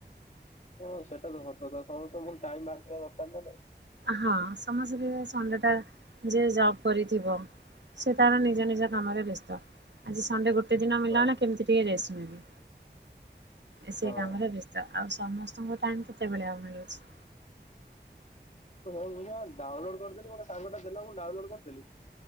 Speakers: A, on the left; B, on the right.
A: ହଁ ସେଟା ତ ସତକଥା ସମସ୍ତେ ଭଲ ଟାଇମ ଲାଗିବା ଦରକାର ନା ନାଇଁ?
B: ହଁ ସମସ୍ତେ ସନଡେ ଟା ଯେ ଜବ୍ କରିଥିବ। ସେ ତାଙ୍କର ନିଜ ନିଜ କାମରେ ବ୍ୟସ୍ତ ଆଜି ସନଣ୍ଡେ ଗୋ କେତେ ଦିନ ମିଳିଲା
A: ହଁ
B: ନା କେମିତି ଟିକେ ରେଷ୍ଟ ନେବି। ଏ ସେ କାମରେ
A: ହଁ।
B: ବେ ତ ଆଉ ସମସ୍ତଙ୍କୁ ଟାଇମ କେତେବେଳେ ଆଉ ମିଳୁଛି।
A: ହଁ ମୁଁ ଯମା ଡାଉନଲୋଡ କରିଦେଲି ମୋ କାହାକୁ ଗୋଟେ ଦେଲା ମୁଁ ଡାଉନଲୋଡ କରିଦେଲି।